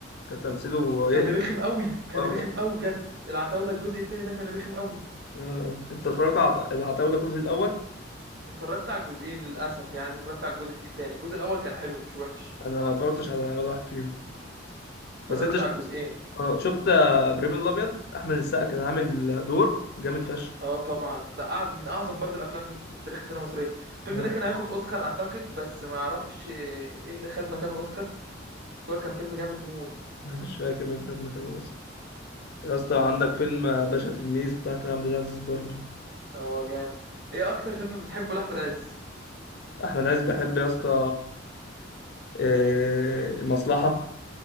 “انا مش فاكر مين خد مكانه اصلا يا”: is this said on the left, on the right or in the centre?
Left